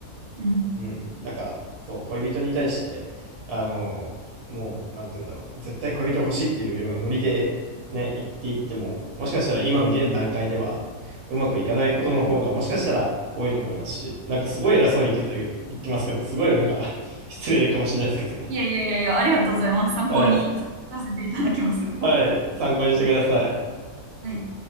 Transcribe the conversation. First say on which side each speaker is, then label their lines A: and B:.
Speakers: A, on the right (about 55°); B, on the right (about 85°).
A: うん。
B: うん。なんか、そう、恋人に対して、あの、もう、なんて言うんだろう。絶対恋人欲しいっていうようなノリで、ね、言っていっても、もしかしたら今の現段階では、うまくいかないことの方が、もしかしたら多いと思いますし、なんかすごい偉そうに言ってて、言ってますけど、すごいなんか、<laughs> 失礼かもしれないですけどね。
A: いやいやいやいや、ありがとうございます。参考にさせていただきます。
B: はい。はい。参考にしてください。
A: はい。